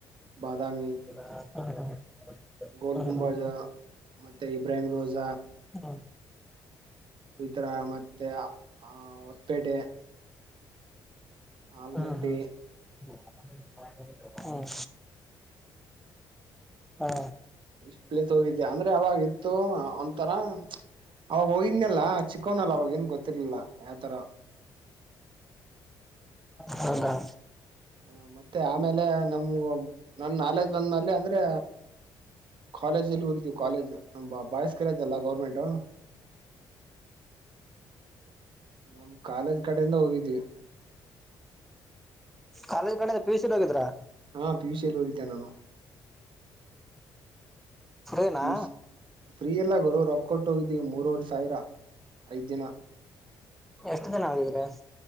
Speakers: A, on the right (about 55°); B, in the centre.
A: ಬಾದಾಮಿ
B: ಹಾ ಹಾ <unintelligible>
A: ಗೋಲ್
B: ಹಾ
A: ಗುಂಬಜ ಮತ್ತೆ ಇಬ್ರಾಹಿಂ ರೋಜ.
B: ಹ್ಮ.
A: ಈ ತರ ಮತ್ತೆ ಆ ಹೊಸಪೇಟೆ ಆಲ್ಮೆಟ್ಟಿ
B: ಹ್ಮ್ ಹ್ಮ್ ಹ್ಮ್ ಹಾ
A: ಇಷ್ಟ ಪ್ಲೇಸ್ ಹೋಗಿದ್ದೆ ಅಂದ್ರ ಅವಾಗ ಇತ್ತು ಒಂತರ ಅವಾಗ ಹೋಗಿದ್ನಲ್ಲ. ಚಿಕ್ಕೋನಲ್ಲ ಅವಾಗ ಏನ ಗೊತ್ತಿರ್ಲಿಲ್ಲ ಆತರ
B: ಹೌದಾ.
A: ಹ ಮತ್ತೆ ಆಮೇಲೆ ನಮ್ಗ ನನ್ ನಾಲೆಜ್ ಬಂದ ಮೇಲೆ ಅಂದ್ರೆ ಕಾಲೇಜ್ ಅಲ್ಲಿ ಹೋಗಿದ್ದೀ ಕಾಲೇಜ್. ನಾ ಬಾ ಬಾಯ್ಸ್ ಕಾಲೇಜ್ ಅಲಾ ಗೌರ್ಮೆಂಟ್. ನಮ ಕಾಲೇಜ್ ಕಡೆಯಿಂದ ಹೋಗಿದ್ವಿ.
B: ಕಾಲೇಜ್ ಕಡೆನೇ ಪಿ ಸಿ ಹೋಗಿದ್ರಾ.
A: ಹಾ ಪಿಯುಷ್ ಅಲ್ಲಿ ಹೋಗಿದ್ದೆ ನಾನು.
B: ಸರಿನಾ.
A: ಪಿ ಯು ಸಿ ಫ್ರೀ ಅಲ್ಲ ಗುರು ರೊಕ್ಕ ಕೊಟ್ಟೋಗಿದ್ದೀವಿ ಮೂರವರೇ ಸಾವಿರ. ಐದ್ ದಿನ
B: ಎಷ್ಟ ದಿನ ಹೋಗಿದೀರಾ.